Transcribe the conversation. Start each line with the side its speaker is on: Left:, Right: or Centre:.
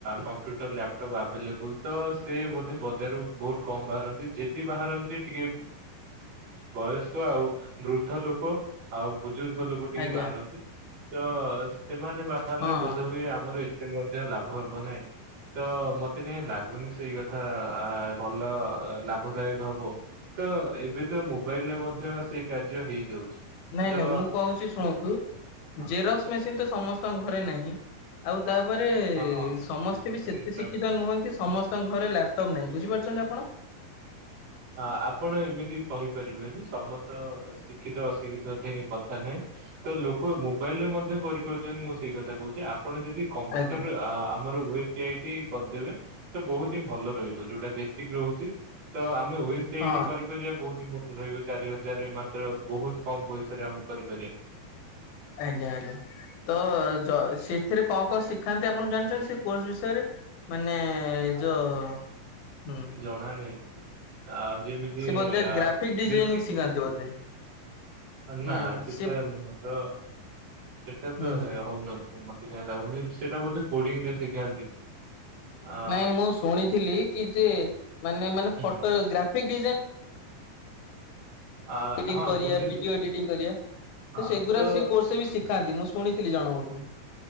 Right: କମ୍ପ୍ୟୁଟର ଲାପଟପ୍ ଆଭେଲେବୁଲ। ତ ସେ ବୋଧେ ବଜାରକୁ ବହୁତ କମ ବାହାରନ୍ତି, ଯଦି ବାହାରନ୍ତି ଟିକେ ବୟସ୍କ ଆଉ ବୃଦ୍ଧ ଲୋକ ଆଉ ବୁ ବୁଜୁର୍ଗ ଲୋକ ଟିକେ
Left: ଆଜ୍ଞା
Right: ବାହାରନ୍ତି, ତ ସେମାନେ ବାହାରିଲେ
Left: ହଁ
Right: ବୋଧ
Left: ହଁ।
Right: ହୁଏ ଆମର ମଧ୍ୟ ଲାଭ ହବ ନାହିଁ, ତ ମତେ କାହିଁ ଲାଗୁନି ସେଇ କଥା ଆ ଭଲ ଲାଭଦାୟକ ହବ। ତ ଏବେ ତ ମୋବାଇଲ ରେ ମଧ୍ୟ ସେଇ କାର୍ଯ୍ୟ ହେଇଯାଉଛି।
Left: ନାଇଁ
Right: ତ
Left: ନାଇଁ ମୁଁ କହୁଛି ଶୁଣନ୍ତୁ,
Right: ହଁ
Left: ଜେରକ୍ସ ମେସିନ ତ ସମସ୍ତଙ୍କ ଘରେ ନାହିଁ। ଆଉ ତାପରେ
Right: ହଁ
Left: ସମସ୍ତେ
Right: ସେଇଟା
Left: ବି ସେତେ
Right: ସେଇଟା
Left: ଶିକ୍ଷିତ ନୁହନ୍ତି ସମସ୍ତଙ୍କ ଘରେ ଲ୍ୟାପଟପ୍ ନାହିଁ, ବୁଝିପାରୁଛନ୍ତି ଆପଣ?
Right: ଆପଣ ଏମିତି କହିପାରିବେନି, ସମସ୍ତ ଶିକ୍ଷିତ ଅଶିକ୍ଷିତ ଠେଇଁ କଥା ନାହିଁ। ତ ଲୋକ ମୋବାଇଲରେ ମଧ୍ୟ କରିପାରୁଛନ୍ତି, ମୁଁ ସେଇ କଥା କହୁଛି, ଆପଣ ଯଦି କମ୍ପ୍ୟୁଟର
Left: ଆଜ୍ଞା
Right: ରେ ଆ-ଆମର ସାଇଟ କରିଦେବେ ତ ବହୁତ ହିଁ ଭଲ ରହିବ ଯୋଉଟା ବେସିକ ରହୁଛି, ତ ଆମେ ସେ
Left: ହଁ
Right: ଏଇଠି କରିପାରିବା ବହୁତହି ଭଲ ରହିବ ଚାରି ହଜାରରେ ମାତ୍ର ବହୁତ କମ ପଇସାରେ ଆମେ କରିପାରିବା।
Left: ଆଜ୍ଞା ଆଜ୍ଞା। ତ ସେଥିରେ କଣ କଣ ଶିଖାନ୍ତି ଆପଣ ଜାଣିଛନ୍ତି ସେ କୋର୍ସ ବିଷୟରେ? ମାନେ
Right: ଆ,
Left: ଜ ହୁଁ
Right: କିଛି ଜଣା ନାହିଁ, ଯେମିତି
Left: ସେ ବୋଧେ
Right: ଆ
Left: ଗ୍ରାଫିକ ଡିଜାଇନିଂ
Right: ବେଶିକ
Left: ଶିଖାନ୍ତି
Right: ହିଁ
Left: ବୋଧେ ହୁଁ
Right: ନା ସେଟା
Left: ସେ
Right: ନୁହଁ ତ, ସେଟା
Left: ହୁଁ
Right: ତ
Left: ହୁଁ।
Right: ହଉ ମତେ କାଇଁ ଲାଗୁନି ସେଇଟା ବୋଧେ କୋଡ଼ିଙ୍ଗ ରେ ଶିଖାନ୍ତି। ଆ
Left: ନାଇଁ ମୁଁ ଶୁଣିଥିଲି କି ଯେ ମାନେ ମାନେ
Right: ହୁଁ
Left: ଫଟୋ ଗ୍ରାଫିକ ଡିଜାଇନ
Right: ଆ
Left: ଏଡିଟିଂ
Right: ହଁ
Left: କରିବା,
Right: ବୁଝିଲି
Left: ଭିଡିଓ ଏଡିଟିଂ କରିବା,
Right: ହଁ
Left: ସେଗୁରା
Right: ତ
Left: ସେ କୋର୍ସ ବି ଶିଖାନ୍ତି, ମୁଁ ଶୁ ଶୁଣିଥିଲି ଜଣଙ୍କଠୁ।